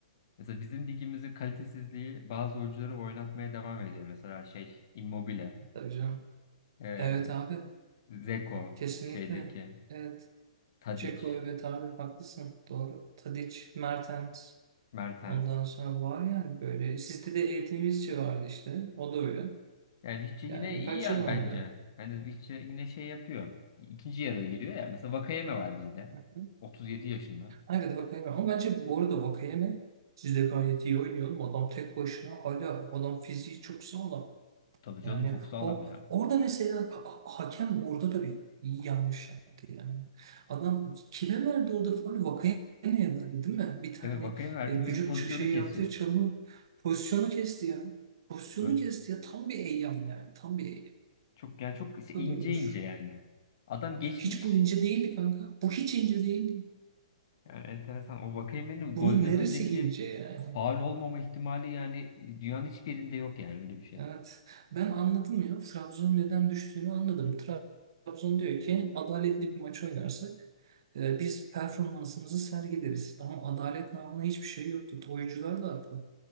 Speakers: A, on the left; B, on the right.
A: Mesela bizim ligimizin kalitesizliği bazı oyuncuları oynatmaya devam ediyor. Mesela şey Immobile,
B: Tabii canım.
A: eee
B: Evet abi.
A: Dzeko,
B: Kesinlikle.
A: şeydeki
B: Evet.
A: Tadic,
B: Ceko evet abi haklısın. Doğru. Tadic, Mertens.
A: Mertens.
B: Ondan sonra var yani böyle. Sizde de eğitimizci vardı işte. O da öyle.
A: Yani Vici yine
B: Yani
A: iyi
B: kaç
A: yani
B: yıl oynadı?
A: bence. Hani Vici yine şey yapıyor. İkinci yarıya giriyor ya. Mesela Vakayeme var bizde.
B: Hı hı.
A: 37 yaşında.
B: Evet Vakayeme. Ama bence bu arada Vakayeme sizde gayet iyi oynuyor. Adam tek başına hala adam fiziği çok sağlam.
A: Tabii canım
B: Yani
A: çok sağlam
B: o
A: ya.
B: orada mesela ha- ha- hakem orada da bir yanlış yaptı yani. Adam kime verdi orada faul? Vakayeme'ye verdi değil mi? Bir tane
A: Evet Vakayeme verdik
B: e, vücut
A: bizim pozisyonu
B: ç- şey
A: kesiyor.
B: yaptığı çalımı pozisyonu kesti ya. Pozisyonu
A: Böyle
B: kesti ya tam bir eyyam yani tam bir eyyam.
A: çok yani çok işte
B: kadar
A: ince
B: olur.
A: ince yani. Adam geçmiş.
B: Hiç bu ince değildi kanka. Bu hiç ince değildi.
A: Yani enteresan. O Vakayeme'nin
B: Bunun
A: golden
B: neresi
A: önceki
B: ince ya?
A: Faul olmama ihtimali yani dünyanın hiçbir yerinde yok yani öyle bir şey.
B: Evet. Ben anladım ya. Trabzon'un neden düştüğünü anladım. Trabzon diyor ki adaletli bir maç oynarsak e, biz performansımızı sergileriz. Ama adalet namına hiçbir şey yoktu. Oyuncular da haklı.